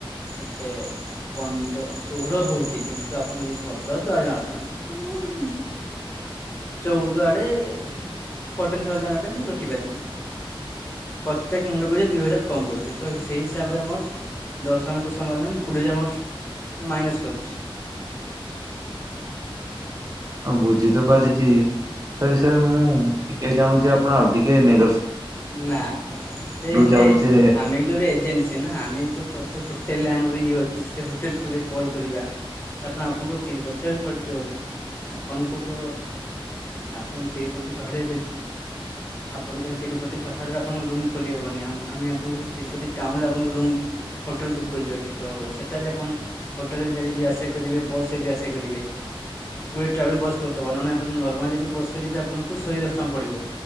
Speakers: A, on the left; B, on the right.
A: ଏତେ ତ ଷୋହଳ ହଉଛି କିନ୍ତୁ ଆପଣ ଯଦି <inaudible> ଦଶ ବାର ଜଣ ଆସୁଛ ତ ମୁଁ ଚଉଦ ଆଡେ ଫଟିନ୍ ଥାଉଜେଣ୍ଟ ଆଡେ ମୁଁ ରଖି ପାରିମି। ପ୍ରତ୍ୟେକ ମୁଣ୍ଡପିଛା ଦୁଇ ହଜାର କମ୍ କରୁଛି ତ ସେଇ ହିସାବରେ ମୋର ଦଶ ଜଣଙ୍କୁ ସମ୍ଭାଳିଲେ କୋଡିଏ ହଜାର ମୋର ମୁଁ ମାଇନସ୍ କରୁଛି।
B: ହଁ ବୁଝି ତ ପାରିଚି ତା ବିଷୟରେ ମୁଁ ଟିକେ ଚାହୁଁଛି ଆପଣ ଆଉ ଟିକେ ନେ
A: ନା ନା ସେ ହେନେ
B: ଯାଉଛେ।
A: ଆମେ ବି ତ ଗୋଟେ ଏଜେନ୍ସି ନା ଆମେ ବି ତ ତ ହୋଟେଲରେ ଆମର ବି ଇଏ ଅଛି ସେ ହୋଟେଲକୁ ଯେ କଲ୍ କରିବା। ତାପରେ ଆପଣଙ୍କ ଚିରୁପତ୍ର ରୁ ଖର୍ଚ୍ଚ ଅଛି ଆପଣଙ୍କୁ ତ ଆପଣ ତିରୁପତି ପାହାଡିଆ ଦେଇ ଆପଣ ତିରୁପତି ପାହାଡରେ ଆପଣଙ୍କ ରୁମ୍ ଖୋଜି ହବନି ଆ ଆମେ ଆପଣଙ୍କୁ ସେ ତିରୁପତି ଟାଉନ ରେ ଆପଣଙ୍କୁ ରୁମ୍ ହୋଟଲ ବୁକ୍ କରି ପରିଲକ୍ଷିତ ହବ ସେଠାରେ ଆପଣ ହୋଟେଲରେ ଡେଲି ଯିବା ଆସିବା କରିବେ ବସ ରେ ଯିବା ଆସିବା କରିବେ। ଗୋଟେ ଟ୍ରାଭେଲ ବସ କରିଦବ ନହେଲେ ନର୍ମାଲ ଯଦି ବସରେ ଯିବେ ଆପଣଙ୍କୁ ଶହେ ଦଶ ଟଙ୍କା ପଡିବ